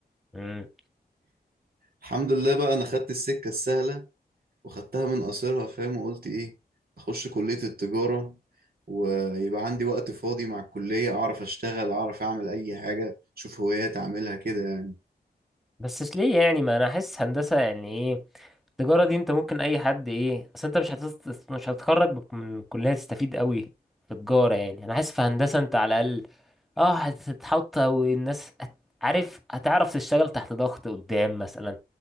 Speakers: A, in the centre; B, on the right.
A: مم.
B: الحمد لله بقى انا خدت السكه السهله وخدتها من قصرها فاهم وقلت ايه اخش كليه التجاره ويبقى عندي وقت فاضي مع الكليه اعرف اشتغل اعرف اعمل اي حاجه اشوف هوايات اعملها كده يعني
A: بس ليه يعني ما انا احس هندسه يعني ايه التجاره دي انت ممكن اي حد ايه اصل انت مش هتست... مش هتتخرج من الكليه تستفيد قوي في تجاره يعني انا حاسس في هندسه انت على الاقل اه هتتحط والناس هت- عارف هتعرف تشتغل تحت ضغط قدام مثلا